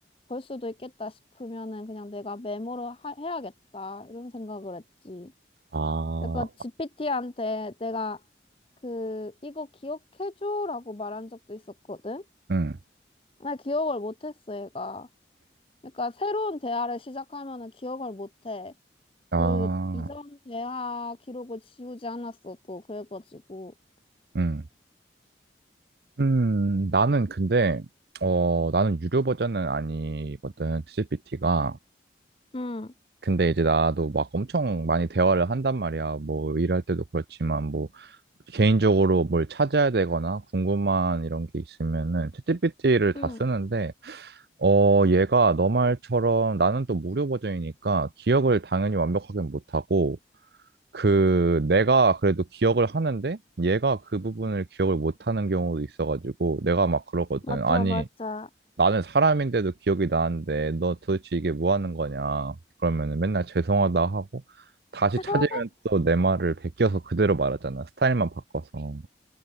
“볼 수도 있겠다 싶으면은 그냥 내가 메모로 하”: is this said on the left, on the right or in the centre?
Left